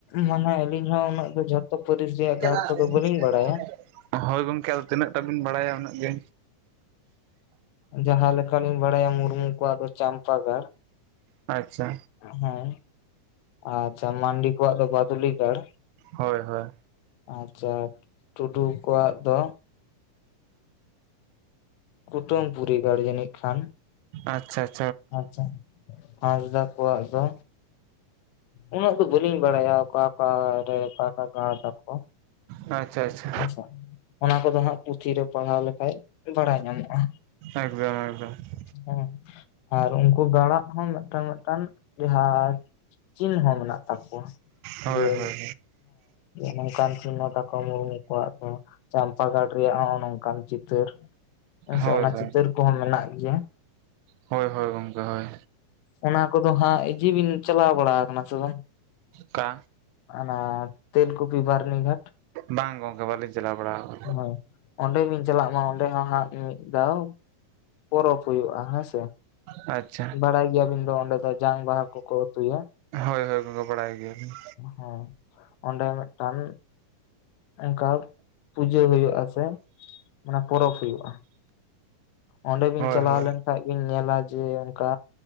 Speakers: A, on the left; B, on the right.
A: ᱢᱟᱱᱮ ᱟᱹᱞᱤᱧ ᱦᱚᱸ ᱩᱱᱟᱹᱜ ᱫᱚ ᱡᱷᱚᱛᱚ ᱯᱟᱹᱨᱤᱥ ᱨᱮᱭᱟᱜ ᱜᱟᱲ
B: <inaudible>
A: ᱠᱚᱫᱚ ᱵᱟᱹᱞᱤᱧ ᱵᱟᱲᱟᱭᱟ
B: ᱦᱳᱭ ᱜᱚᱢᱠᱮ ᱟᱫᱚ ᱛᱤᱱᱟᱹᱜ ᱴᱟ ᱵᱤᱱ ᱵᱟᱲᱟᱭᱟ ᱩᱱᱟᱹᱜ ᱜᱮ
A: ᱦᱮᱸ ᱡᱟᱦᱟᱸ ᱞᱮᱠᱟᱞᱤᱧ ᱵᱟᱲᱟᱭᱟ ᱢᱩᱨᱢᱩ ᱠᱚᱣᱟᱜ ᱫᱚ ᱪᱟᱢᱯᱟ ᱜᱟᱲ
B: ᱟᱪᱪᱷᱟ
A: ᱦᱚᱸ ᱟᱪᱷᱟ ᱢᱟᱱᱰᱤ ᱠᱚᱣᱟᱜ ᱫᱚ ᱵᱟᱫᱩᱞᱤ ᱜᱟᱲ
B: ᱦᱳᱭ ᱦᱳᱭ
A: ᱟᱪᱪᱷᱟ ᱴᱩᱰᱩ ᱠᱚᱣᱟᱜ ᱫᱚ ᱠᱩᱛᱟᱹᱢ ᱯᱚᱨᱤᱜᱟᱲ ᱡᱟᱹᱱᱤᱡ ᱠᱷᱟᱱ
B: ᱟᱪᱪᱷᱟ -
A: ᱟᱪᱪᱷᱟ ᱦᱟᱸᱥᱫᱟ ᱠᱚᱣᱟᱜ ᱫᱚ ᱩᱱᱟᱹᱜ ᱫᱚ ᱵᱟᱹᱞᱤᱧ ᱵᱟᱲᱟᱭᱟ ᱚᱠᱟ ᱚᱠᱟ ᱨᱮ ᱚᱠᱟ ᱚᱠᱟ ᱜᱟᱲ ᱛᱟᱠᱚ
B: ᱟᱪᱪᱷᱟ ᱟᱪᱪᱷᱟ
A: ᱟᱪᱷᱟ ᱚᱱᱟ ᱠᱚᱫᱚ ᱦᱟᱸᱜ ᱯᱩᱛᱷᱤ ᱨᱮ ᱯᱟᱲᱦᱟᱣ ᱞᱮᱠᱷᱟᱡ ᱵᱟᱰᱟᱭ ᱧᱟᱢᱚᱜᱼᱟ
B: ᱮᱠᱫᱚᱢ ᱮᱠᱫᱚᱢ <unintelligible>
A: ᱦᱮᱸ ᱟᱨ ᱩᱱᱠᱩ ᱜᱟᱬᱟ ᱠᱷᱚᱱ ᱢᱤᱫᱴᱟᱱ ᱢᱤᱫᱴᱟᱱ ᱡᱟᱦᱟᱸ ᱪᱤᱱᱦᱟᱹ ᱢᱮᱱᱟᱜ ᱛᱟᱠᱚᱣᱟ
B: ᱦᱳᱭ
A: ᱡᱮ
B: ᱦᱳᱭ
A: ᱱᱚᱝᱠᱟᱱ ᱪᱤᱱᱱᱚ ᱛᱟᱠᱚ ᱢᱩᱨᱢᱩ ᱚᱣᱟᱜ ᱫᱚ ᱪᱟᱢᱯᱟ ᱜᱟᱲ ᱨᱮᱭᱟᱜ ᱦᱚᱸᱜ-ᱚ ᱱᱚᱝᱠᱟᱱ ᱪᱤᱛᱟᱹᱨ ᱦᱮᱸᱥᱮ
B: ᱦᱳᱭ
A: ᱚᱱᱟ
B: ᱦᱳᱭ
A: ᱪᱤᱛᱟᱹᱨ ᱠᱚᱦᱚᱸ ᱢᱮᱱᱟᱜ ᱜᱤᱭᱟ
B: ᱦᱳᱭ ᱦᱳᱭ ᱜᱚᱢᱠᱮ ᱦᱳᱭ
A: ᱚᱱᱟ ᱠᱚᱫᱚ ᱦᱟᱸᱜ ᱤᱡᱤᱵᱤᱱ ᱪᱟᱞᱟᱣ ᱵᱟᱲᱟ ᱠᱟᱱᱟ ᱥᱮ ᱵᱟᱝ
B: ᱠᱟ
A: ᱚᱱᱮ ᱛᱮᱞᱠᱩᱯᱤ ᱵᱟᱨᱱᱤ ᱜᱷᱟᱴ
B: ᱵᱟᱝ ᱜᱚᱝᱠᱮ ᱵᱟᱹᱞᱤᱧ ᱪᱟᱞᱟᱣ ᱵᱟᱲᱟ ᱠᱟᱱᱟ
A: ᱦᱳᱭ ᱚᱸᱰᱮ ᱵᱤᱱ ᱪᱟᱞᱟᱜ ᱢᱟ ᱚᱸᱰᱮ ᱦᱚᱸ ᱦᱟᱸᱜ ᱢᱤᱫ ᱫᱷᱟᱣ ᱯᱚᱨᱚᱵᱽ ᱦᱩᱭᱩᱜᱼᱟ ᱦᱮᱸᱥᱮ
B: ᱟᱪᱪᱷᱟ
A: ᱵᱟᱲᱟᱭ ᱜᱤᱭᱟᱵᱤᱱ ᱫᱚ ᱚᱸᱰᱮ ᱫᱚ ᱡᱟᱝ ᱵᱟᱦᱟ ᱠᱚᱠᱚ ᱟᱛᱩᱭᱟ
B: ᱦᱳᱭ ᱦᱳᱭ ᱜᱚᱢᱠᱮ ᱵᱟᱲᱟᱭ ᱜᱮᱭᱟ-
A: ᱦᱮᱸ ᱚᱸᱰᱮ ᱢᱤᱫᱴᱟᱱ ᱚᱱᱠᱟ ᱯᱩᱡᱟᱹ ᱦᱩᱭᱩᱜᱼᱟ ᱥᱮ ᱚᱱᱟ ᱯᱚᱨᱚᱵᱽ ᱦᱩᱭᱩᱜᱼᱟ ᱚᱸᱰᱮ ᱵᱤᱱ
B: ᱦᱳᱭ
A: ᱪᱟᱞᱟᱣ
B: ᱦᱳᱭ
A: ᱞᱮᱱᱠᱷᱟᱡ ᱵᱤᱱ ᱧᱮᱞᱟ ᱡᱮ ᱚᱱᱠᱟ